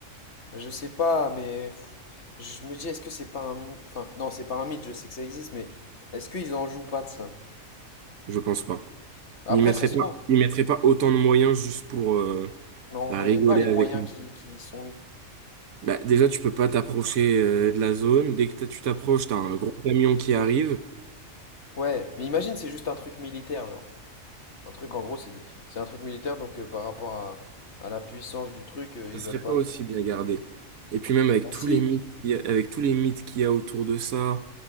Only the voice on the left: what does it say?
Je sais pas, mais pff, je me dis, est-ce que c'est pas un... my- Enfin, non, c'est pas un mythe, je sais que ça existe, mais est-ce qu'ils en jouent pas de ça?
Après,
ça se
trouve,
mais on
connaît
pas les
moyens qui, qui y sont mis.
Ouais, mais imagine, c'est juste un truc militaire, genre. Un truc, en gros, c'est des- c'est un truc militaire, donc euh, par rapport à, à la puissance du truc, euh, ils
veulent pas...
que-
Bah
si!